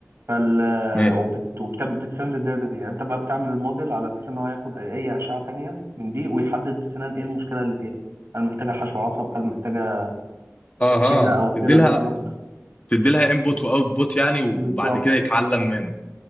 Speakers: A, on the right (about 60°); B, on the left (about 25°).
A: فال
B: ماشي
A: وبتسند الداتا دي انت بقى بتعمل الموديل على اساس ان هو ياخد اي أي اشعه تانية من دي ويحدد السنان ايه المشكله اللي فيها هل محتاجه حشو عصب هل محتاجه
B: اها
A: كده او
B: تدي
A: كده
B: لها
A: بالظبط
B: تدي لها انبوت واوتبوت يعني وبعد
A: بالظبط
B: كده يتعلم منه